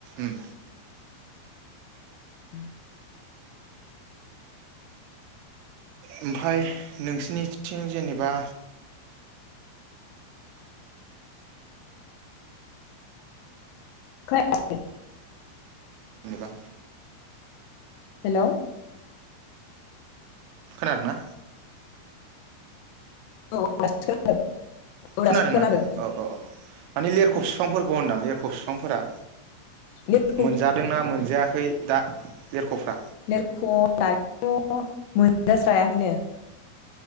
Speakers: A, on the right (about 80°); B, on the left (about 80°).
A: उम
B: <inaudible>
A: ओमफाय नोंसिनिथिं जेनेबा
B: खोनायाखै?
A: जेनबा
B: हेलौ
A: खोनादोंना?
B: औ दासो खोनादों, औ
A: खोनादोंना
B: दासो खोनादों।
A: औ औ औ माने लेरख' बिफांफोरखौ होनदां लिरख' बिफांफोरा
B: लेरख'
A: मोनजादोंना मोनजायाखै? दा लेरख'फ्रा?
B: लेरख' दायोथ' मोनजास्रायाखैनो।